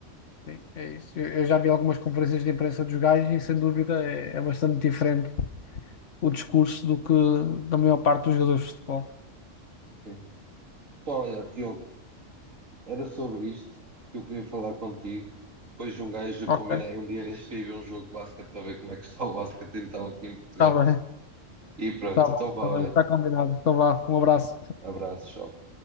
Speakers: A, on the left; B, on the right.
A: Sim, é isso. Eu, eu já vi algumas conferências de imprensa dos gajos e, sem dúvida, é, é bastante diferente o discurso do que da maior parte dos jogadores de futebol.
B: Sim. Então, olha, Diogo. Era sobre isto que eu queria falar contigo. Depois de um gajo
A: Ok,
B: combinei um dia deste para ir ver um jogo de basquete para ver como é que está o basquete então aqui em Portugal.
A: está bem,
B: E pronto,
A: está
B: então
A: bem,
B: vá,
A: está
B: olha,
A: bem, está combinado. Então vá, um abraço.
B: abraços, tchau.